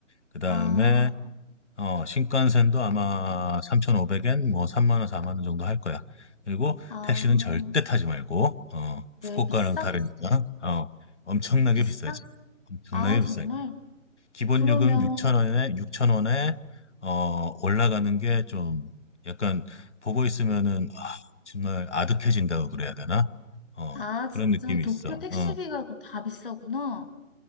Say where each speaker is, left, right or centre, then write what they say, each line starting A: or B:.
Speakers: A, on the left (about 60°); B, on the left (about 40°).
A: 그 다음에,
B: 아,
A: 어, 신칸센도 아마 3,500엔, 뭐, 3만 원, 4만 원 정도 할 거야. 그리고
B: 아,
A: 택시는 절대 타지 말고, 어, 후쿠오카랑
B: 왜 비싸?
A: 다르니까, 어, 엄청나게
B: 비싸?
A: 비싸지. 엄청나게
B: 아, 정말?
A: 비싸지. 기본
B: 그러면,
A: 요금 6,000원에, 6,000원에, 어, 올라가는 게 좀, 약간, 보고 있으면은, 아, 정말 아득해진다고 그래야 되나? 어,
B: 아,
A: 그런
B: 진짜
A: 느낌이
B: 도쿄
A: 있어.
B: 택시비가
A: 어.
B: 그럼 다 비싸구나.